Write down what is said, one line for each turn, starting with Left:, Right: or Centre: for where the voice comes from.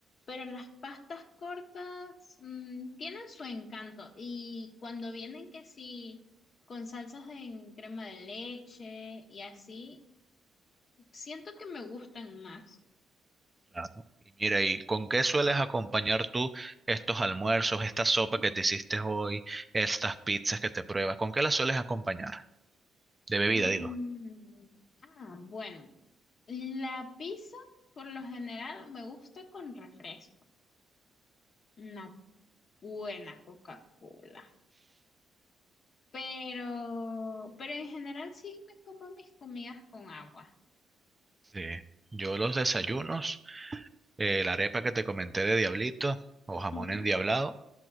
Left: pero las pastas cortas mm, tienen su encanto y cuando vienen que sí, con salsas en crema de leche y así, siento que me gustan más.
Right: Claro. Y mira, ¿y con qué sueles acompañar tú estos almuerzos, esta sopa que te hiciste hoy, estas pizzas que te pruebas? ¿Con qué las sueles acompañar? De bebida,
Left: Mm,
Right: digo.
Left: ah, bueno, la pizza por lo general me gusta con refresco, una buena Coca-Cola. Pero, pero en general sí me como mis comidas con agua.
Right: Sí, yo los desayunos, eh, la arepa que te comenté de diablito o jamón
Left: Ujú.
Right: endiablado,